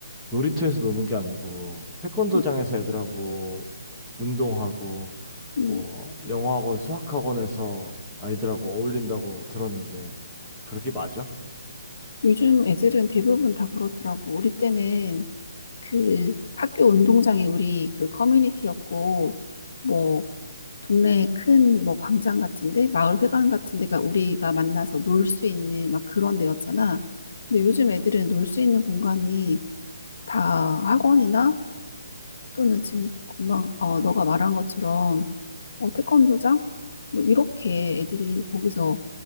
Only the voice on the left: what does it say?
음,
음.
요즘 애들은 대부분 다 그렇더라고. 우리 때는 그 학교 운동장이 우리 그 커뮤니티였고 뭐 동네 큰 뭐 광장 같은데 마을 회관 같은 데가 우리가 만나서 놀 수 있는 막 그런 데였잖아. 근데 요즘 애들은 놀 수 있는 공간이 다 학원이나 또는 지금 금방 어 너가 말한 것처럼 어 태권도장 뭐 이렇게 애들이 거기서